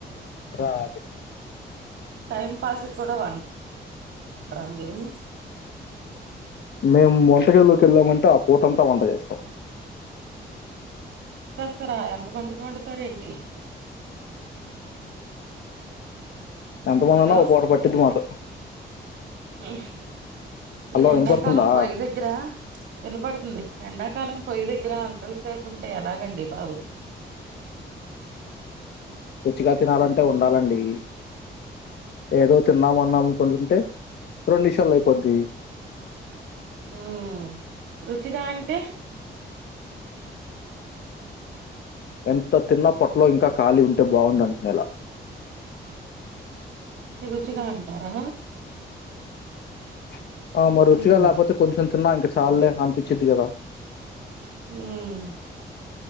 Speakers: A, on the left (about 70°); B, on the right (about 85°).
A: రాదు
B: టైమ్ పాస్ కూడా వం డ్రా మీరు
A: మేమ్ వంటగదిలోకి ఎళ్ళామంటే ఆ పూట అంతా వంట చేస్తాం.
B: చేస్తారా ఎంతమందికివండుతారు ఏంటి.
A: ఎంతమంది
B: హలో
A: ఉన్నా ఒక పూట పట్టిద్ది మాకు.
B: హ
A: హలో
B: ఈ ఎండాకాలం
A: వినపడుతుందా
B: పొయ్యి దగ్గర వినపడుతుంది. ఎండకాలం పోయిదె గ్గర అంతంత సేపు ఉంటే ఎలాగండి. బాబు
A: రుచిగా తినాలంటే ఉండాలండి ఏదో తిన్నాం ఉన్నాం ఒకలుంటే. రెండ్ నిషాల్లో అయిపొందీ.
B: ఉమ్మ్ రుచిగా అంటే
A: ఎంత తిన్న పొట్లో ఇంకా ఖాలీ ఉంటే బావుండనుకునెల.
B: చ్చిగా అంటారా
A: <inaudible> ఆమ రుచిగా
B: ఉమ్
A: లేపోతే కొంచెం తిన్నా ఇంక. చాల్లే అనిపించిద్ది కదా
B: హ్మ్